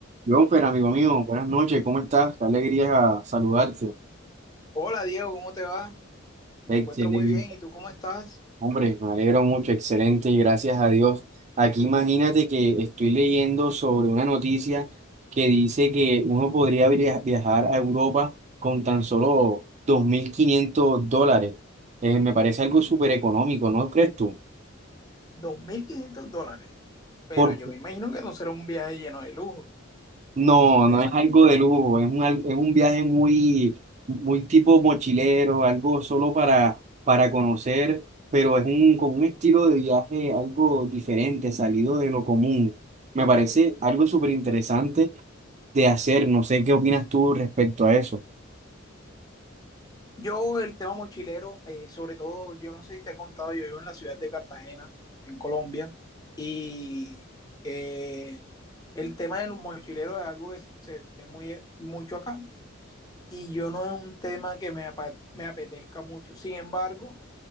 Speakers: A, on the right (about 35°); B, on the left (about 20°).
A: Jonfer, amigo mío, buenas noches, ¿cómo estás? Qué alegría saludarte.
B: Hola Diego, ¿cómo te va? Me
A: Excelente.
B: encuentro muy bien. ¿Y tú cómo estás?
A: Hombre, me alegro mucho, excelente y gracias a Dios. Aquí imagínate que estoy leyendo sobre una noticia que dice que uno podría via- viajar a Europa con tan solo 2.500 dólares. Eh, me parece algo súper económico, ¿no crees tú?
B: 2.500 dólares. Pero
A: Por
B: yo me imagino que no será un viaje lleno de lujo.
A: No,
B: Me
A: no
B: imagino.
A: es algo de lujo, es un, al- es un viaje muy, muy tipo mochilero, algo solo para, para conocer, pero es un, con un estilo de viaje algo diferente, salido de lo común. Me parece algo súper interesante de hacer, no sé qué opinas tú respecto a eso.
B: Yo, el tema mochilero, eh, sobre todo, yo no sé si te he contado, yo vivo en la ciudad de Cartagena, en Colombia. Y eh, el tema de los mochileros es algo que se ve muy, mucho acá. Y yo no es un tema que me, apa- me apetezca mucho. Sin embargo,